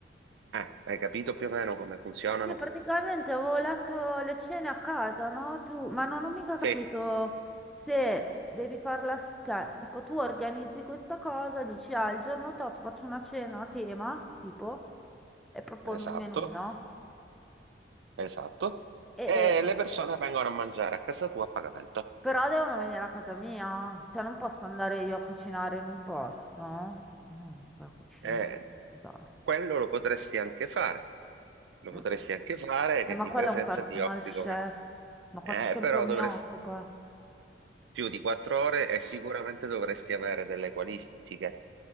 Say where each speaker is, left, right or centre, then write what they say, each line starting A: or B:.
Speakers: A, on the right; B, in the centre.
A: Eh, hai capito più o meno come funzionano?
B: Sì, praticamente avevo letto le cene a casa, no? Tu, ma non ho mica
A: Sì,
B: capito se devi farla, s- cioè, tipo tu organizzi questa cosa, dici, ah, il giorno tot faccio una cena a tema, tipo, e proponi
A: esatto,
B: un menù, no?
A: esatto.
B: E,
A: E le persone vengono a mangiare a casa tua a pagamento.
B: Però devono venire a casa mia, cioè non posso andare io a cucinare in un posto. No, la cucina,
A: Eh,
B: disastro.
A: quello lo potresti anche fare. Lo
B: Mm.
A: potresti anche fare
B: Eh,
A: che
B: ma
A: di
B: quello
A: presenza
B: è un personal
A: ti offri
B: chef.
A: come...
B: Ma quanto
A: Eh,
B: tempo
A: però
B: mi
A: dovresti...
B: occupa?
A: più di quattro ore e sicuramente dovresti avere delle qualifiche.